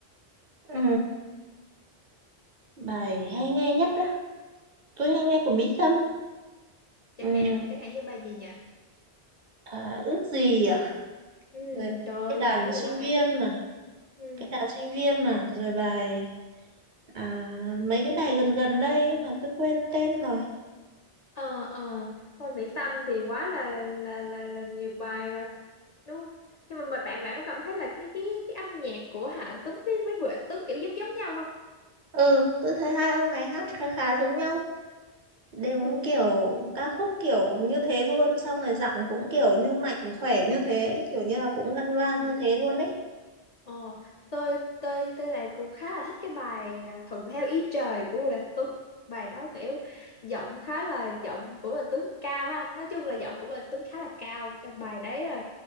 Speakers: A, on the right; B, on the left.
A: Ừ. Bài hay nghe nhất á, tôi hay nghe của Mỹ Tâm.
B: chẳng
A: Ừ,
B: hạn chẳng hạn như bài gì nhỉ
A: à, ước gì à,
B: ừ
A: rồi
B: trời ơi,
A: cái đàn
B: bài đó thì
A: sinh
B: quá nổi
A: viên
B: tiếng rồi
A: mà,
B: ừ
A: cái đàn sinh viên mà, rồi bài à, mấy cái bài gần gần đây mà tôi quên tên rồi.
B: ờ ờ thôi mỹ tâm thì quá là là là là nhiều bài rồi đúng không nhưng mà bạn bạn bạn có cảm thấy là cái cái cái âm nhạc của Hạ Tuấn với với Bùi Anh Tuấn kiểu giống giống nhau không
A: Ừ, tôi thấy hai ông này hát khá khá giống nhau, đều
B: Ừ.
A: kiểu ca khúc kiểu như thế luôn, xong rồi giọng cũng kiểu như mạnh khỏe như thế, kiểu như là cũng ngân
B: ừ
A: vang như thế luôn ấy.
B: Ờ, tôi tôi tôi lại cũng khá là thích cái bài à, thuận theo ý trời của Bùi Anh Tuấn bài đó kiểu giọng khá là giọng của Bùi Anh Tuấn cao ha nói chung là giọng của Bùi Anh Tuấn khá là cao trong bài đấy rồi